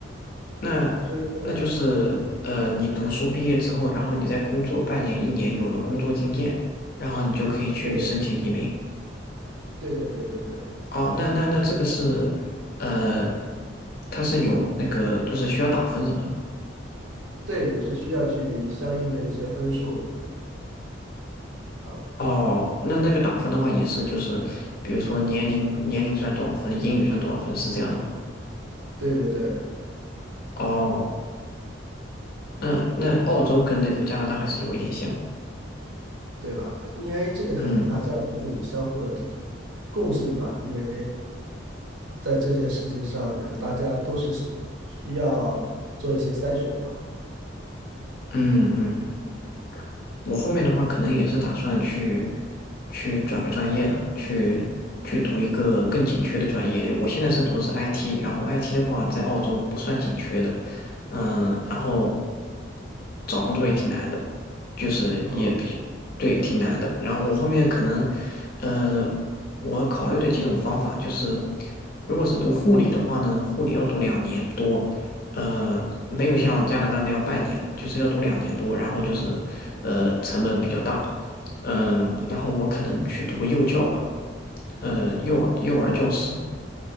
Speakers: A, on the left; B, on the right.
A: 那那就是呃，
B: 所以说，
A: 你读书毕业之后，然后你在工作半年、一年，有了工作经验，然后你就可以去申请移民。
B: 对对对对对对对
A: 哦，那那那这个是呃，它是有那个就是需要打分什么的吗？
B: 对，也是需要去相应的一些分数啊，
A: 哦，那那个打分的话也是就是，比如说年龄年龄算多少分，英语算多少分，是这样的吗？
B: 对对对
A: 哦，那那澳洲跟那个加拿大还是有一点像。
B: 啊。对吧？因为这个可能大家都是有相互的
A: 嗯
B: 共性吧，因为在这件事情上，可能大家都是需需要做一些筛选嘛。
A: 嗯嗯。我后面的话可能也是打算去去转个专业了，去去读一个更紧缺的专业。我现在是读的是 IT，然后 IT 的话在澳洲不算紧缺的，嗯，然后找工作也挺难的，就是也比对挺难的。
B: 啊，
A: 然后我后面可能，呃，我考虑的几种方法就是，如果是读护理的话呢，护理要读两年多，呃，没有像加拿大那样半年的，就是要读两年多，然后就是，呃，成本比较大，嗯、然后我可能去读幼教吧，呃，幼儿幼儿教师，